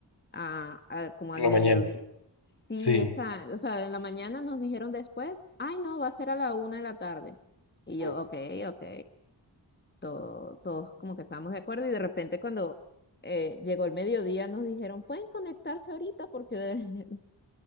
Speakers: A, on the left; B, on the left.
A: a, a como
B: Por
A: al
B: la
A: mediodía.
B: mañana.
A: Sí,
B: Sí.
A: esa, o sea, en la mañana nos dijeron después, ay no, va a ser a la una de la tarde. Y
B: Mm.
A: yo, ok, ok, todo- todos como que estábamos de acuerdo y de repente cuando eh, llegó el mediodía nos dijeron, pueden conectarse ahorita porque <laughs>